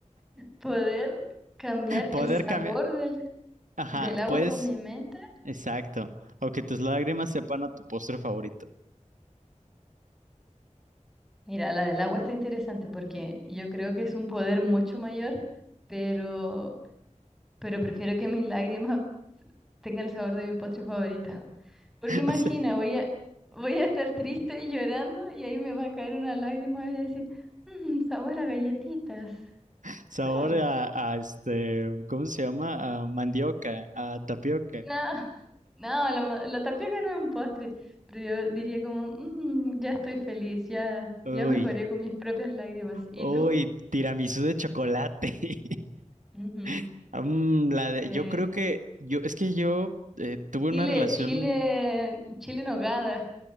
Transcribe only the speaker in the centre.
Poder cambiar
el sabor
del,
del agua
con mi mente.
Mira, la del agua está interesante porque yo creo que es un poder mucho mayor, pero, pero prefiero que mis <laughs> lágrimas tenga el sabor de mi postre favorito. Porque
imagina, voy a, voy a estar triste y llorando y ahí me va a caer una lágrima y voy a decir, "Mm, sabor a galletitas.
No,
no, no, la, ma- la tapioca no es un postre, pero yo diría como, "Mm, ya estoy feliz, ya,
ya mejoré con mis propias lágrimas. ¿Y
tú?
Ujú.
Eh,
chile,
chile, chile en nogada.